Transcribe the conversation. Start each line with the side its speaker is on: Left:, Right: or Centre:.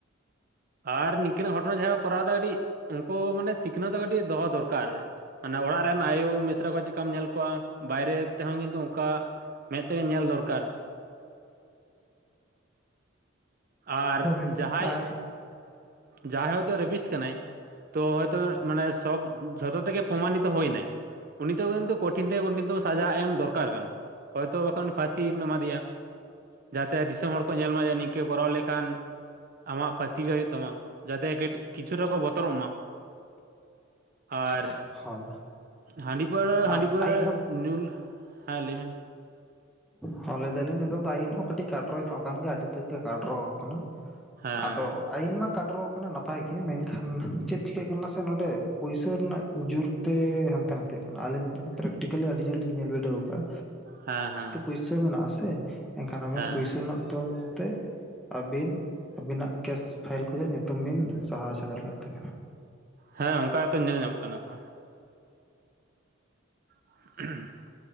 Right: ᱟᱨ ᱱᱤᱝᱠᱟᱹ ᱱᱟᱜ ᱜᱷᱚᱴᱚᱱᱟ ᱡᱟᱦᱟᱸ ᱠᱚᱨᱟᱣ ᱫᱟ ᱠᱟᱹᱴᱤᱡ ᱩᱱᱠᱚ ᱢᱟᱱᱮ ᱥᱤᱠᱷᱱᱟᱹᱛ ᱫᱚ ᱠᱟᱹᱴᱤᱡ ᱫᱚᱦᱚ ᱫᱚᱨᱠᱟᱨ᱾ ᱢᱟᱱᱮ ᱚᱲᱟᱜ ᱨᱮᱱ ᱟᱭᱩ ᱢᱤᱥᱨᱟ ᱠᱚ ᱪᱮᱜ ᱠᱟᱢ ᱧᱮᱞ ᱠᱚᱣᱟ ᱵᱟᱭᱨᱮ ᱛᱮᱦᱚᱸ ᱠᱤᱱᱛᱩ ᱚᱱᱠᱟᱼᱼ ᱢᱮᱫ ᱛᱮᱜᱮ ᱧᱮᱞ ᱫᱚᱨᱠᱟᱨ᱾ ᱟᱨ
Centre: ᱦᱳᱭ
Right: ᱡᱟᱦᱟᱸᱭ
Centre: ᱟᱨ
Right: ᱡᱟᱦᱟᱸᱭ ᱦᱳᱭ ᱛᱚ ᱨᱮᱵᱤᱥᱴ ᱠᱟᱱᱟᱭ ᱛᱚ ᱦᱳᱭᱛᱚ ᱢᱟᱱᱮ ᱥᱚᱵ ᱡᱷᱚᱛᱚ ᱛᱮᱜᱮ ᱯᱨᱚᱢᱟᱱᱤᱛ ᱦᱩᱭᱱᱟᱭ᱾ ᱩᱱᱤᱛᱚᱜ ᱠᱤᱱᱛᱩ ᱠᱚᱴᱷᱤᱱ ᱛᱷᱮᱠᱮ ᱠᱚᱴᱷᱤ ᱛᱚᱢᱚ ᱥᱟᱡᱟ ᱮᱢ ᱫᱚᱨᱠᱟᱨ ᱠᱟᱱᱟ᱾ ᱦᱚᱭᱛᱳ ᱵᱟᱠᱷᱟᱱ ᱯᱷᱷᱟᱥᱤᱢ ᱮᱢᱟ ᱫᱮᱭᱟ ᱡᱟᱛᱮ ᱫᱤᱥᱚᱢ ᱦᱚᱲ ᱠᱚ ᱧᱮᱞ ᱢᱟ ᱡᱟᱹᱱᱤᱡ ᱠᱚᱨᱟᱣ ᱞᱮᱠᱷᱟᱱ ᱟᱢᱟᱜ ᱯᱷᱷᱟᱥᱤ ᱜᱮ ᱦᱩᱭᱩᱜ ᱛᱟᱢᱟ ᱡᱟᱛᱮ <unintelligible> ᱠᱤᱪᱷᱩ ᱨᱮᱦᱚᱸ ᱠᱚ ᱵᱚᱛᱚᱨᱚᱜ ᱢᱟ᱾
Centre: <inaudible>
Right: ᱟᱨ
Centre: ᱦᱳᱭ
Right: ᱦᱟᱺᱰᱤ ᱯᱟᱹᱣᱨᱟᱹ ᱦᱟᱺᱰᱤ
Centre: ᱟᱨ
Right: ᱯᱟᱹᱣᱨᱟᱹ
Centre: ᱟᱹᱭᱤᱱ
Right: ᱧᱩᱞ ᱦᱮᱸ ᱞᱟᱹᱭ ᱢᱮ᱾
Centre: ᱦᱚᱸ ᱞᱟᱹᱭ ᱫᱟᱞᱤᱧ ᱱᱤᱛᱚᱜ ᱫᱚ ᱟᱹᱭᱤᱱ ᱦᱚᱸ ᱠᱟᱹᱴᱤᱡ ᱠᱟᱰᱨᱚ ᱧᱚᱜ ᱟᱠᱟᱱ ᱜᱮᱭᱟ ᱟᱹᱰᱤ ᱛᱮᱫ ᱜᱮ ᱠᱟᱰᱨᱚ ᱟᱠᱟᱱᱟ᱾
Right: ᱦᱮᱸ
Centre: ᱟᱫᱚ ᱟᱭᱤᱱ ᱢᱟ ᱠᱟᱰᱨᱚ ᱠᱟᱱᱟ ᱱᱟᱯᱟᱭ ᱜᱮ ᱢᱮᱱᱠᱷᱟᱱ ᱪᱮᱫ ᱪᱤᱠᱟᱹᱜ ᱠᱟᱱᱟ ᱥᱮ ᱱᱚᱰᱮ ᱯᱩᱭᱥᱟᱹ ᱨᱮᱱᱟᱜ ᱡᱩᱨᱼᱼ ᱛᱮ ᱦᱟᱱᱛᱮ ᱱᱟᱛᱮᱜ ᱠᱟᱱᱟ ᱟᱞᱤᱧ ᱯᱨᱮᱠᱴᱤᱠᱟᱹᱞᱤ ᱟᱹᱰᱤ ᱡᱩᱨ ᱞᱤᱧ ᱧᱮᱞ ᱵᱤᱰᱟᱹᱣ ᱟᱠᱟᱜ-ᱟ᱾
Right: ᱦᱮᱸ ᱦᱮᱸ᱾
Centre: ᱯᱚᱭᱥᱟ ᱢᱮᱱᱟᱜ ᱟᱥᱮ ᱮᱱᱠᱷᱟᱱ ᱟᱵᱮᱱ
Right: ᱦᱮᱸ
Centre: ᱯᱚᱭᱥᱟ ᱨᱮᱱᱟᱜ ᱛᱚᱢᱢ ᱛᱮ ᱟᱹᱵᱤᱱ ᱟᱹᱵᱤᱱᱟᱜ ᱠᱮᱥ ᱯᱷᱟᱭᱤᱞ ᱠᱷᱱᱟᱜ ᱧᱩᱛᱩᱢ ᱵᱤᱱ ᱥᱟᱦᱟ ᱦᱚᱪᱚ ᱫᱟᱲᱮᱭᱟᱜ ᱛᱟᱹᱵᱤᱱᱟ᱾
Right: ᱦᱮᱸ ᱚᱱᱠᱟ ᱜᱮᱛᱚ ᱧᱮᱞ ᱧᱟᱢᱚᱜ ᱠᱟᱱᱟ ᱛᱚ᱾ <unintelligible>